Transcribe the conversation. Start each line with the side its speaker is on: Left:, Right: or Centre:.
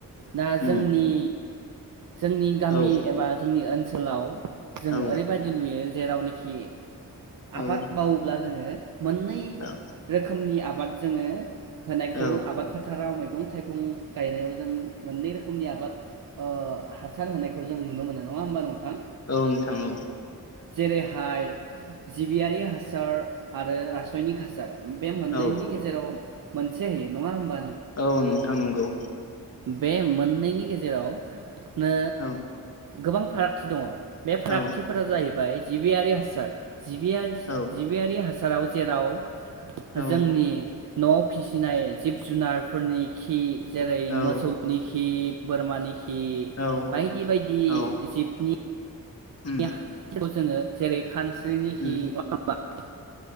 Right: दा
Left: उम
Right: जोंनि जोंनि गामि
Left: औ
Right: एबा जोंनि ओनसोलाव जों
Left: औ
Right: ओरैबायदि नुयो जेरावनि खि
Left: औ
Right: आबाद मावोब्ला जोङो मोननै
Left: औ
Right: रोखोमनि आब आबाद जोङो होनायखौ
Left: औ
Right: आबाद फोथाराव मै मैगं थाइगं गायनायाव जों मोननै रोखोमनि आबाद ओ हासार होनायखौ जों नुनो मोनो नङा होमबा नोंथां?
Left: औ नोंथां औ
Right: जेरैहाय जिबियारि हासार आरो रासयनिक हासार बे मोननैनि
Left: औ
Right: गेजेराव मोनसे नङा होनबा
Left: औ नोंथां नंगौ।
Right: बे मोननैनि गेजेराव नो
Left: औ
Right: गोबां फारागथि दङ बे फारागथिफोरा
Left: औ
Right: जाहै फाय जिबियारि हासार जिबियारि सो
Left: औ
Right: जिबियारि हास फोराव जेराव
Left: औ
Right: जोंनि न'आव फिसिनाय जिब जुनारफोरनि खि। जेरै
Left: औ
Right: मोसौनि खि बोरमानि खि। खि
Left: औ
Right: बायदि बायदि
Left: औ
Right: जिबनि।
Left: उम
Right: <unintelligible> जोङो जेरै खानस <unintelligible>
Left: उम
Right: <inaudible>